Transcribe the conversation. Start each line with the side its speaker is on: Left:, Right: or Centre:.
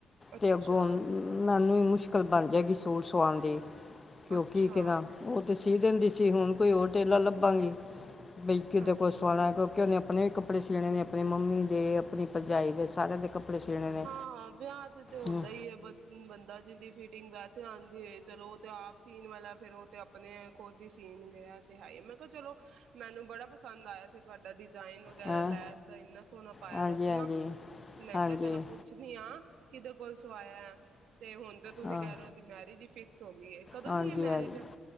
Right: ਅੱਛਾ
Left: ਤੇ ਅੱਗੋਂ ਆਨਾਂ ਨੂੰ ਵੀ ਮੁਸ਼ਕਿਲ ਲ ਬਣ ਜਾਏਗੀ ਸੋਰਸ ਸ ਦੀ ਕਿਂਕਹ
Right: ਅੱਛਾ
Left: ਨਾ ਉਹ ਤੇ ਸੀ ਦਿਨ ਦੀ ਸੀ ਹੁਣ ਕੋਈ ਹੋਰ ਟੇਲਰ ਲੱਭਾਂਗੀ ਬਈ ਕਿਤੇ
Right: ਹਾਂਜੀ
Left: ਕੋਲ ਸਵਾਾਲਣਾ ਕਿਉਂਕਿ ਉਹਨੇ ਆਪਣੇ ਵੀ ਕੱਪੜੇ ਸਿਣੇ ਨੇ ਆਪਣੀ ਮੰਮੀ ਦੇ ਆਪਣੀ ਭਰਜਾਈ ਦੇ ਸਾਰਿਆਂ ਦੇ ਕੱਪੜੇ ਸੀਣੇ ਨੇ
Right: ਹਾਂ ਵਿਆਹ ਤੇ ਤੇ ਹੁੰਦਾ
Left: ਹਮ,
Right: ਹੀਈ ਹੈ ਬ ਬੰਦਾ ਜਿ ਫੀਡਿੰਗ ਵਾਤੇ ਹਾਂਜੀ ਚਲੋ ਉਹ ਤੇ ਆਪ ਸੀਨ ਵਾਲਾ ਫੇਰ ਉਹ ਤੇ ਆਪਣੇ ਖੁਦ ਹੀ ਸੀਨ ਗਿਆ ਤੇ ਹੈਏ ਮੈਂ ਕਿਹਾ ਚਲੋ ਮੈਨੂੰ ਬੜਾ ਪਸੰਦ ਆਇਆ ਸੀ ਤੁਹਾਡਾ ਦੀਸਾਇਨ ਵਗੈਰਾ
Left: ਹਾਂ
Right: ਲੈਸ ਦਾ ਇੰਨਾ ਸੋਹਣਾ ਪਾਇਆ
Left: ਹਾਂਜੀ
Right: ਦਾ ਸੀ
Left: ਹਾਂਜੀ
Right: ਨਾ ਮੈਂ
Left: ਹਾਂਜੀ
Right: ਕਿਹਾ ਚਲੋ ਪੁੱਛਣੀ ਆ ਕਿਹਦੇ ਕੋਲ ਸਵਾਇਆ ਹੈ ਤੇ ਹੁਣ ਤੇ ਤੁਸੀਂ
Left: ਹਾਂ,
Right: ਕਹਿ ਰਹੇ ਹੋ ਉਹਦੀ ਮੈਰਿਜ ਹੀ ਫਿਕਸ ਹੋ ਗਈ ਹੈ ਕਦੋਂ
Left: ਹਾਂਜੀ
Right: ਦੀ ਹੈ ਮੈਰਿਜ
Left: ਹਾਂਜੀ